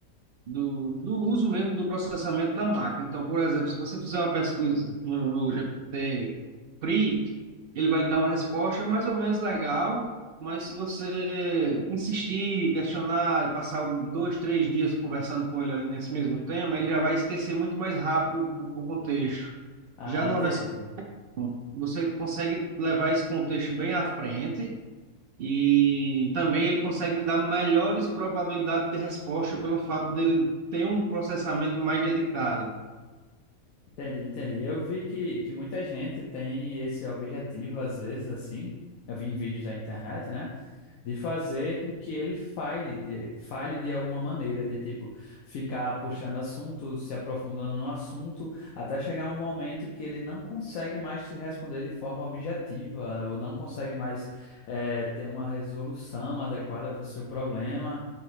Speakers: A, on the right; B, on the left.
A: do, do uso mesmo do processamento da máquina. Então, por exemplo, se você fizer uma pesquisa no, no GPT PRI, ele vai lhe dar uma resposta mais ou menos legal, mas se você insistir, questionar, passar um, dois, três dias conversando com ele ali nesse mesmo tema, ele já vai esquecer muito mais rápido o, o contexto.
B: Ah,
A: Já numa
B: entendi.
A: vers- você consegue levar esse contexto bem à frente e também ele consegue me dar melhores probabilidades de resposta pelo fato dele ter um processamento mais dedicado.
B: Entendi, entendi. Eu vi que, que muita gente tem esse objetivo, às vezes, assim. Eu vi em vídeos da internet, né? de fazer com que ele falhe de, falhe de alguma maneira, de tipo, ficar puxando assunto, se aprofundando no assunto, até chegar um momento que ele não consegue mais te responder de forma objetiva, ou não consegue mais eh, ter uma resolução adequada para o seu problema.